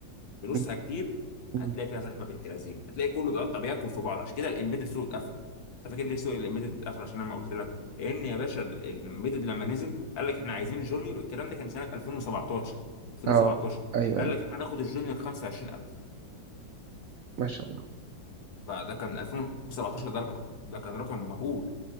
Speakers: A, on the left; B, on the right.
A: فلوسها
B: مم.
A: كتير
B: مم.
A: هتلاقي فيها زحمه بنت لذينه هتلاقي كله بيقطع بياكل في بعض عشان كده الامبيدد سوق اتقفل انت فاكر ليه سوق الامبيدد اتقفل عشان انا ما قلت لك لان يا باشا ال- الامبيدد لما نزل قال لك احنا عايزين جونيور الكلام ده كان سنه 2017 2017
B: اه ايوه
A: قال
B: ايوه
A: لك احنا هناخد الجونيور 25000
B: ما شاء الله
A: فده كان 2017 ده رقم- ده كان رقم مهول